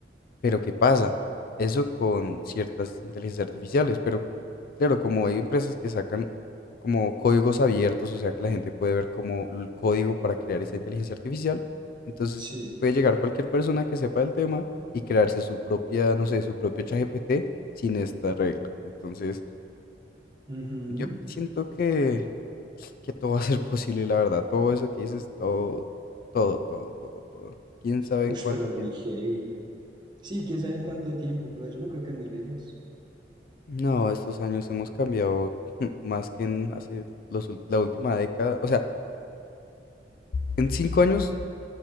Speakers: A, on the left; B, on the right.
A: Pero ¿qué pasa? Eso con ciertas inteligencias artificiales, pero claro, como hay empresas que sacan como códigos abiertos, o sea que la gente puede ver como el código para crear esa inteligencia artificial, entonces
B: sí.
A: puede llegar cualquier persona que sepa del tema y crearse su propia, no sé, su propio ChatGPT sin esta regla. Entonces,
B: ujú.
A: yo siento que que todo va a ser posible, la verdad. Todo eso que dices, todo, todo, todo, todo, todo. ¿Quién sabe
B: Uy,
A: en cuánto
B: pero
A: tiempo?
B: muy heavy. Sí, quién sabe en cuánto tiempo, pero yo no creo que muy lejos.
A: No, estos años hemos cambiado <laughs> más que en hace los, ul- la última década. O sea, en cinco años